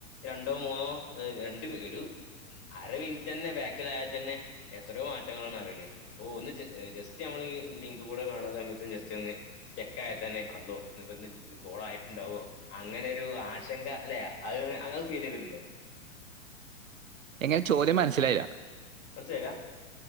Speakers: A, on the left (about 35°); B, on the right (about 80°).
A: രണ്ടോ മൂന്നോ എ രണ്ടു <unintelligible> അര മിൻറ്റന്നെ ബേക്കിലായാ തെന്നെ എത്രോ മാറ്റങ്ങളാണ് അറീണെ പ്പൊ ഒന്ന് ജ ജസ്റ്റ് ഞമ്മള് ഈ ലിങ്ക് കൂടെ കാണ സമയത്തും ജസ്റ്റൊന്ന് സ്റ്റക്കായ തന്നെ അള്ളോ <unintelligible> ല് കോളായിട്ട്ണ്ടാവോ അങ്ങനൊരു ആശങ്ക അല്ലെ അഅ് അങ് ഫീലെയ്തിട്ടുണ്ടോ
B: എങ്ങനെ ചോദ്യം മനസ്സിലായില
A: മനസ്സിലായിലാ?